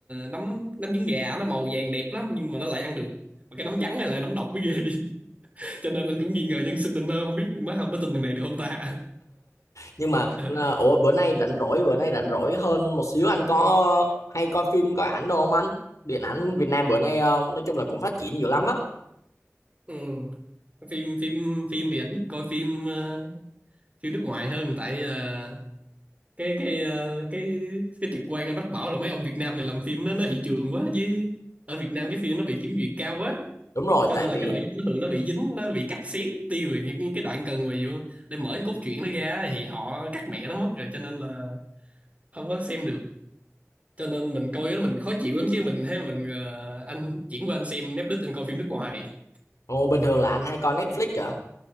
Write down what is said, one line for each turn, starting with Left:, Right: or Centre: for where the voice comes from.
Right: nấm nấm trứng gà nó màu vàng đẹp lắm nhưng mà nó lại ăn được mà cái nấm trắng này là nấm độc mới ghê <laughs> cho nên anh cũng nghi ngờ dân sinh anh ờ, không biết mới không có tin thằng này được không ta
Left: nhưng mà
Right: <laughs>
Left: ờ, ủa bữa nay rảnh rỗi bữa nay rảnh rỗi hơn một xíu anh có hay coi phim coi ảnh đâu không anh điện ảnh Việt Nam bữa nay ờ, nói chung là cũng phát triển dữ lắm á
Right: ừ. phim phim phim thì anh thích coi phim ờ, phim nước ngoài hơn tại ờ, cái cái ờ, cái cái trực quan anh bắt bảo là mấy ông Việt Nam này làm phim nó nó thị trường quá với ở Việt Nam cái phim nó bị kiểm duyệt cao quá
Left: đúng rồi
Right: cho
Left: tại
Right: nên
Left: vì
Right: là cái nội dung nó thường nó bị dính nó bị cắt xén tiêu rồi những những cái đoạn cần mà vô để mở cái cốt truyện nó ra thì họ cắt mẹ nó mất rồi cho nên là không có xem được cho nên mình coi đó mình khó chịu lắm chứ mình thấy mình ờ, anh chuyển qua anh xem Netflix anh coi phim nước ngoài
Left: ồ, bình thường là anh hay coi Netflix